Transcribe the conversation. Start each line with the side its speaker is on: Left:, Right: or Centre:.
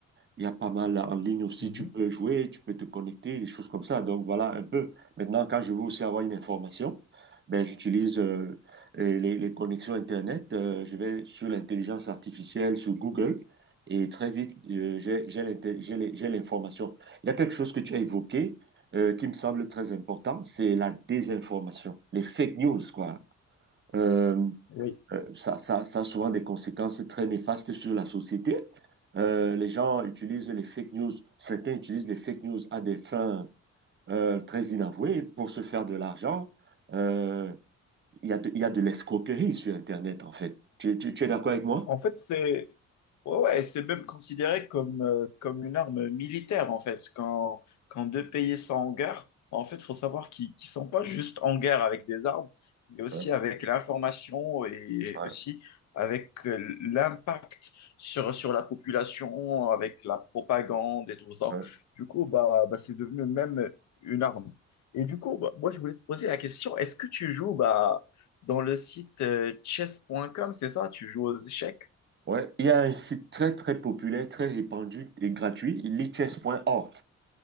Right: Il y a pas mal en ligne aussi,
Left: Mhm.
Right: tu peux jouer, tu peux te connecter, des choses comme ça. Donc voilà un peu. Maintenant, quand je veux aussi avoir une information, ben, j'utilise euh, les, les connexions Internet. Euh, je vais sur l'intelligence artificielle, sur Google, et très vite, euh, j'ai, j'ai l'inté- j'ai les- j'ai l'information. Il y a quelque chose que tu as évoqué euh, qui me semble très important, c'est la désinformation, les fake news, quoi. Euh,
Left: Oui.
Right: euh, ça, ça, ça a souvent des conséquences très néfastes sur la société. Euh, les gens utilisent les fake news, certains utilisent les fake news à des fins euh, très inavouées pour se faire de l'argent. Euh, Il y a de, il y a de l'escroquerie sur Internet, en fait. Tu, tu, tu es d'accord avec moi?
Left: En fait, c'est Ouais, ouais, c'est même considéré comme, euh, comme une arme militaire, en fait. Quand, quand deux pays sont en guerre, en fait, il faut savoir qu'ils ne sont pas juste en guerre avec des armes, mais aussi
Right: Ouais,
Left: avec l'information et
Right: ouais,
Left: aussi avec euh, l'impact sur, sur la population, avec la propagande et tout ça.
Right: ouais.
Left: Du coup, bah, bah, c'est devenu même une arme. Et du coup, bah, moi, je voulais te poser la question, est-ce que tu joues bah, dans le site euh, chess.com, c'est ça? Tu joues aux échecs?
Right: Ouais, il y a un site très très populaire, très répandu et gratuit, lichess.org.